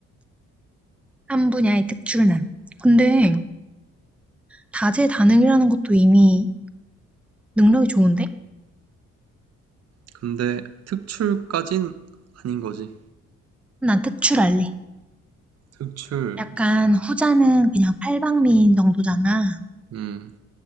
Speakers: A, in the centre; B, on the right.
A: 한 분야의 특출난. 근데 다재다능이라는 것도 이미 능력이 좋은데?
B: 근데 특출까진 아닌 거지.
A: 난 특출할래.
B: 특출.
A: 약간 후자는 그냥 팔방미인 정도잖아.
B: 음,